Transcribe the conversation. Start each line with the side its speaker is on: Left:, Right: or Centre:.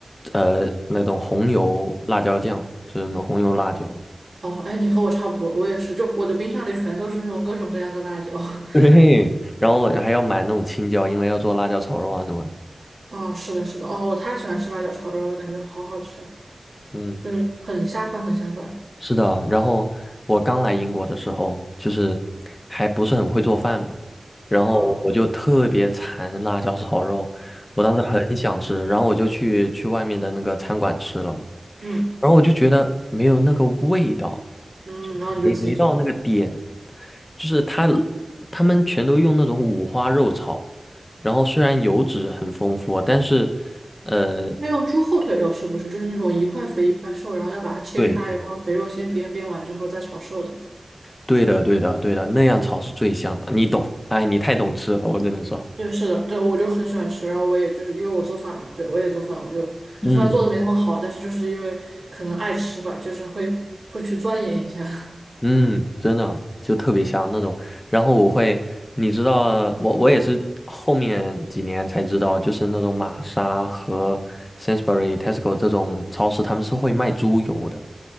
Left: 呃那种红油辣椒酱，就是那种红油辣椒。
Right: 哦，哎，你和我差不多，我也是，就我的冰箱里全都是那种各种各样的辣椒。<laughs>
Left: <laughs> 对，然后还要买那种青椒，因为要做辣椒炒肉啊什么的。
Right: 哦，是的，是的，哦，我太喜欢吃辣椒炒肉了，感觉好好吃，
Left: 嗯。
Right: 就是很下饭，很下饭。
Left: 是的，然后我刚来英国的时候，就是还不是很会做饭嘛，然后我就特别馋辣椒炒肉，
Right: 哦，
Left: 我当时很想吃，然后我就去去外面的那个餐馆吃了嘛，
Right: 嗯
Left: 然后我就觉得没有那个味道，
Right: 嗯，然后你就自己做。
Left: 没没到那个点，就是他他们全都用那种五花肉炒，然后虽然油脂很丰富，但是呃，
Right: 那用猪后腿肉是不是就是那种一块肥一块瘦，然后要把它切开，
Left: 对
Right: 然后肥肉先煸，煸完之后再炒瘦的？
Left: 对的对的对的，那样炒是最香的你懂，哎，你太懂吃了，我只能说。
Right: 对，是的，对，我就很喜欢吃，然后我也就是因为我做饭嘛，对，我也做饭，我就就算做的没那么好，
Left: 嗯
Right: 但是就是因为可能爱吃吧，就是会会去钻研一下。<laughs>
Left: 嗯，真的就特别香那种。然后我会，你知道，我我也是后面几年才知道，就是那种玛莎和 Sainsbury、Tesco 这种超市，他们是会卖猪油的。